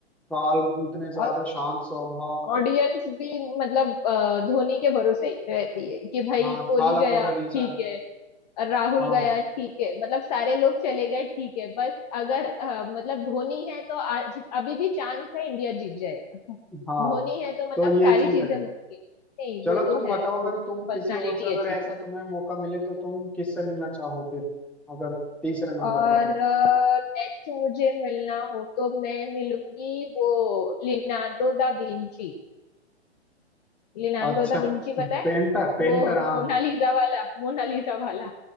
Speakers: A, in the centre; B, on the left (about 35°).
A: काल इतने ज्यादा
B: और
A: शांत स्वभाव
B: ऑडियंस भी मतलब अ, धोनी के भरोसे ही रहती है कि भाई
A: हाँ
B: कोहली
A: था
B: गया
A: फॉर अ
B: ठीक
A: रीजन
B: है राहुल
A: हाँ
B: गया ठीक है मतलब सारे लोग चले गए ठीक है बस अगर अ, मतलब धोनी है तो आज अभी भी चांस है इंडिया जीत जाएगा
A: हाँ
B: धोनी है तो मतलब
A: तो
B: सारी
A: ये चीज
B: चीजें
A: है
B: मुमकिन है। नहीं
A: चलो
B: वो तो
A: तुम बताओ
B: है
A: अगर
B: वो
A: तुम
B: पर्सनालिटी
A: किसी और से अगर
B: अच्छी
A: ऐसा
B: थी
A: तुम्हें मौका मिले तो तुम किससे मिलना चाहो फिर अगर तीसरे नंबर
B: और
A: पर
B: नेक्स्ट मुझे मिलना हो तो मैं मिलूंगी वो Leonardo da Vinci Leonardo
A: अच्छा
B: da Vinci पता
A: पेंटर
B: है
A: पेंटर
B: वो
A: हाँ
B: मोनालिसा वाला मोनालिसा वाला